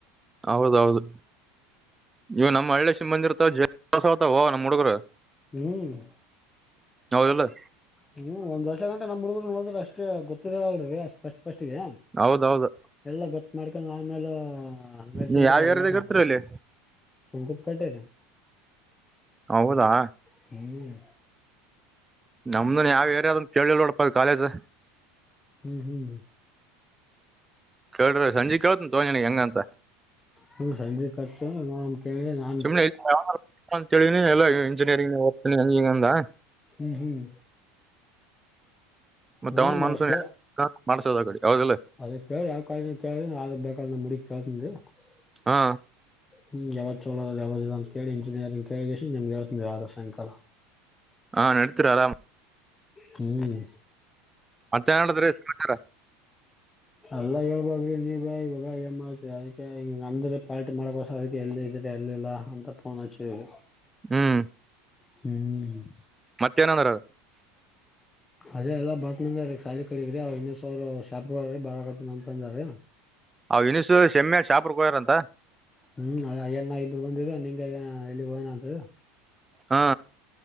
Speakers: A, on the right; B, on the left.
A: ಹೌದೌದು ಇವಾಗ್ ನಮ್ಮ್ ಹಳ್ಳಿ ಸಿಮ ಬಂದಿರ್ತಾವ <unintelligible> ನಮ್ಮ್ ಹುಡುಗ್ರು.
B: ಹ್ಮ್
A: ಹೌದಲ್ಲೊ.
B: ಹ್ಮ್ ಒಂದ್ ವರ್ಷ ಗಂಟ ನಮ್ ಹುಗ್ಗರು ನೋಡದ್ರ ಅಷ್ಟ ಗೊತ್ತಿರಲ್ರರಿ ಫಸ್ಟ್ ಫಸ್ಟ್. ಗೆ
A: ಹೌದೌದು.
B: ಎಲ್ಲ ಗೊತ್ ಮಾಡ್ಕೊಂಡ್ ಆಮೇಲೆ ಅಲ್ನೆಲ್ಸಿ
A: ನೀವ್
B: ಬಿಡ್ತಾರೆ
A: ಯಾವ ಏರಿಯಾದಾಗ
B: ಮತ್ರ.
A: ಇರ್ತೀರಿ ಅಲ್ಲಿ
B: ಸುಂಕುದ್ ಕಟ್ಟೆನ
A: ಹೌದಾ
B: ಹ್ಮ್
A: ನಮ್ದು ಯಾವ್ ಏರಿಯಾದಲ್ ಕೇಳಿ ನೋಡಪ್ಪ ಅ ಕಾಲೇಜು.
B: ಹ್ಮ್ ಹ್ಮ್
A: ಕೇಳಿರಿ ಸಂಜೆ ಕೇಳ್ತನ ತಗೊಂನಿ ಹೆಂಗಂತ.
B: ಹ್ಮ ಸಂಜಿ <unintelligible>
A: ಸುಮ್ಮನೆ <unintelligible> ಹೇಳಿದ್ರೆ ಎಲ್ಲ ಇಂಜಿನಿಯರಿಂಗ್ ಓದ್ತಾ ಹಂಗ್ ಹಿಂಗಂದ.
B: ಹ್ಮ್ ಹ್ಮ್
A: ಮತ್ತ್
B: ನೋಡಮ್
A: ಅವ್ನ ಮನ್ಸು <unintelligible>
B: ಕೇ
A: ಮಾಡಸೋದ <unintelligible> ಅವದಲ್ಲ.
B: ಅದ ಕೇಳ್ರಿ ಯಾವ್ ಕಾಲ ಕೇಳ್ರ ಯ ಬೇಕ ಮುಡಿ <unintelligible>
A: ಹಾ.
B: ಹ್ಮ್ ಯಾವ್ದ್ ಚಲೋದ ಯಾವ್ದ್ ಇಲ್ಲ ಅಂತೇಳಿ ಇಂಜಿನಿಯರಿಂಗ್ ಕೇಳ ನಿಮ್ಗೆ ಹೇಳ್ತಿ ಆದ ಸಾಯಂಕಾಲ..
A: ಹಾಂ ನಡ್ತರಾಮ.
B: ಹ್ಮ್
A: ಮತ್ತೆನೇಳ್ದ್ರೀ ಸಮಾಚಾರ.
B: ಅಲ್ಲಾ ಹೇಳ್ಬೇಕ್ರಿ ನೀವೆ ಇವಾಗ ಏನ್ ಮಾಡ್ತೀರಿ ಅದಕ್ಕೆ ಅಂದ್ರೆ ಪಾಲ್ಟಿ ಮಾಡಕಸ್ ಅದ್ಕೆ ಎಲ್ಲ ಇದೀರ ಎಲ್ಲಿಲ್ಲಾ ಅಂತ ಪೋನ್ಚವಿ.
A: ಹ್ಮ್
B: ಹ್ಮ್
A: ಮತ್ತೆೇನಂದ್ರು.
B: ಅದೇ ಎಲ್ಲಾ ಬರ್ತನ ಅಂದಾರೀ ಖಾಲಿ ಕಡಗ್ರಿ ಅವ ಇನ್ನ್ ಸಾವ್ರ್ ಶಾಪ್ ಬರತ್ತನ ಅಂತಂದಾರೀ.
A: ಅವ್ <unintelligible> ಶೆಮ್ಮೆ ಶಾಂಪುರ್ಕ್ ಹೋಗಾರಂತ.
B: ಹ್ಮ್ ಆಯಣ್ಣ ಇಬ್ಬರು ಬಂದರು ನಿಂಗೆ ಎಲ್ಲಿ ಹೋಗ್ಯಾನ ಅಂದ್ರು.
A: ಹಾ